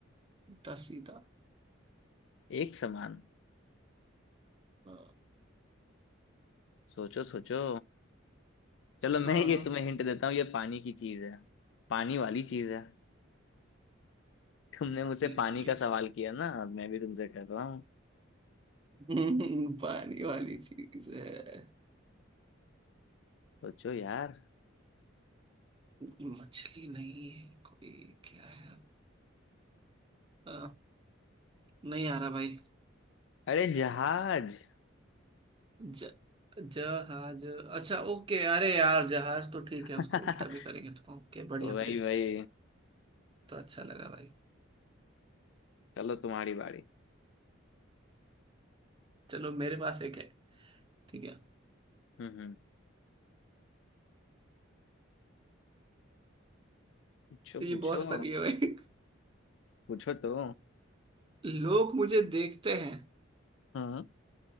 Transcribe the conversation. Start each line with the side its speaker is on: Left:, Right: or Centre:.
Right: उल्टा सीधा
Left: एक समान
Right: अ,
Left: सोचो सोचो चलो मैं
Right: हाँ
Left: ये तुम्हें हिंट देता हूँ ये पानी की चीज है पानी वाली चीज है तुमने
Right: पानी
Left: मुझसे पानी
Right: वाली
Left: का
Right: चीज।
Left: सवाल किया ना अब मैं भी तुमसे कर रहा
Right: हम्म, <laughs> पानी वाली चीज है
Left: सोचो यार
Right: मछली नहीं है कोई क्या है अ, नहीं आ रहा भाई
Left: अरे जहाज
Right: ज जहाज अच्छा ओके अरे यार जहाज तो ठीक है उसको
Left: <laughs>
Right: उल्टा भी करेंगे तो ओके बढ़िया
Left: वही
Right: बढ़िया
Left: वही
Right: तो अच्छा लगा भाई
Left: चलो तुम्हारी बारी
Right: चलो मेरे पास एक है ठीक है
Left: हम्म हम्म पूछो
Right: तो ये
Left: पूछो
Right: बहुत फनी है भाई
Left: पूछो तो
Right: लोग मुझे देखते हैं
Left: हम्म